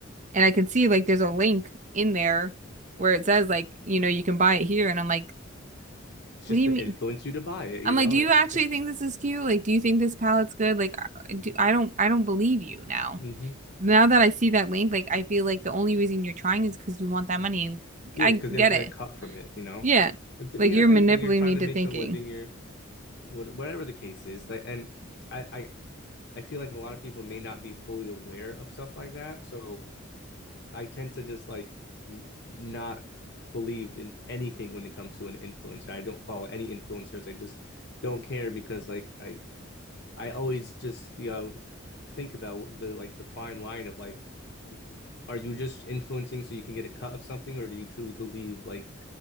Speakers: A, on the right; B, on the left.
A: and I can see like there's a link in there where it says like, you know, you can buy it here and I'm like,
B: It's
A: "What
B: just
A: do you
B: to
A: mean?"
B: influence you to buy it.
A: I'm
B: You
A: like,
B: know,
A: "Do you
B: that's.
A: actually think this is cute? Like do you think this palette's good? Like I- do, I don't I don't believe you now."
B: <laughs> hmm
A: Now that I see that link, like I feel like the only reason you're trying is because you want that money and
B: Yeah,
A: I
B: because they'll
A: get
B: get
A: it.
B: a cut from it, you know.
A: Yeah.
B: And, you
A: Like you're
B: know, and
A: manipulating
B: like you're trying
A: me
B: to
A: to
B: make
A: thinking
B: a living, you're what- whatever the case is. Like, and I, I, I feel like a lot of people may not be fully aware of stuff like that. So I tend to just like n- not believe in anything when it comes to an influencer. I don't follow any influencers. I just don't care because like I, I always just you know think about the like the fine line of like, are you just influencing so you can get a cut of something, or do you truly believe like